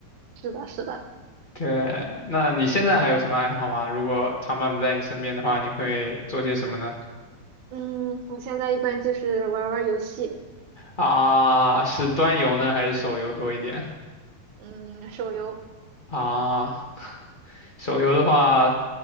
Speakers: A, on the right; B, on the left.
A: 是的，是的，
B: 对，那你现在还有什么爱好吗？如果长伴不在你身边的话，你会做些什么呢？
A: 嗯，我现在一般就是玩儿玩儿游戏，
B: 啊，是端游呢，还是手游多一点？
A: 嗯，手游，
B: 啊，手游的话，